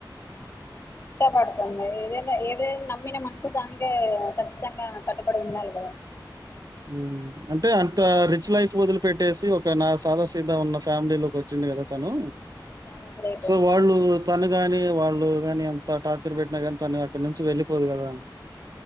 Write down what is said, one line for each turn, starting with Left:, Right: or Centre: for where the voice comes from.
Left: ఇష్టపడుతుంది ఏదై ఏదైన నమ్మినమంటె దానికె కచ్చితంగా కట్టుబడి ఉండాలి
Right: ఉమ్ అంటే అంత రిచ్ లైఫ్ వదులు పెట్టేసి ఒక నా సాద సీద ఉన్న ఫ్యామిలీ లోకి వచ్చింది కదా తను
Left: చాలా గ్రేట్
Right: సో, వాళ్ళు తను గాని వాళ్ళు గాని అంత టార్చర్ పెట్టినా కాని తను అక్కడ నుంచి వెళ్ళిపోదు కదా